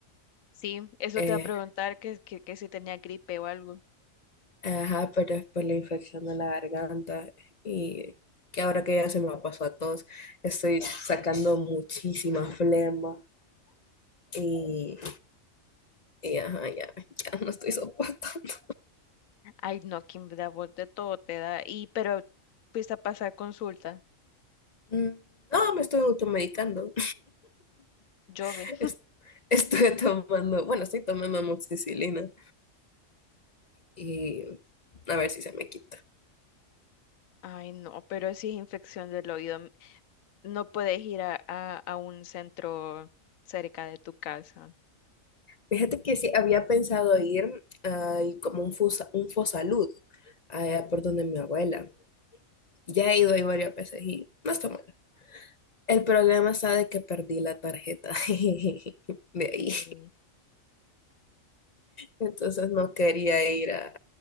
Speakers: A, on the left (about 80°); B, on the left (about 40°).
A: Sí, eso
B: Eh,
A: te va a preguntar que, que, que si tenía gripe o algo.
B: Ajá, pero es por la infección de la garganta y que ahora que ya se me pasó a todos, estoy sacando muchísima flema y, y ajá, ya, ya no estoy soportando.
A: Ay, no, que me da voz de todo te da. Y, pero fuiste a pasar consulta.
B: Mm, No, me estoy automedicando.
A: Llueve.
B: <laughs> Es- Estoy tomando, bueno, estoy tomando amoxicilina y a ver si se me quita.
A: Ay, no, pero si es infección del oído, m- no puedes ir a, a, a un centro cerca de tu casa
B: Fíjate que sí, había pensado ir a como un, fusa, un Fosalud, allá por donde mi abuela. Ya he ido ahí varias veces y no está mal. El problema está de que perdí la tarjeta <laughs> de ahí.
A: que
B: Entonces no quería ir a